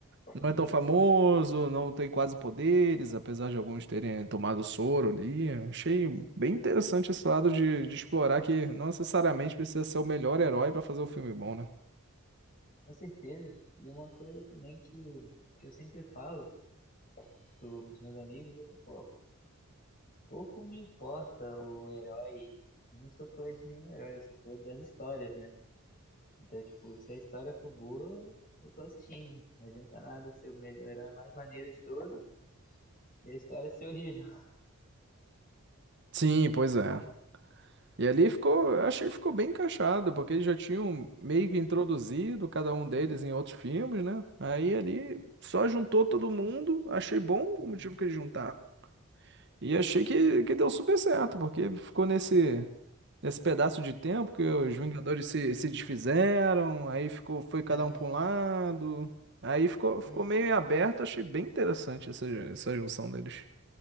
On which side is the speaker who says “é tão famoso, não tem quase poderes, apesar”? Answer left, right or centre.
Right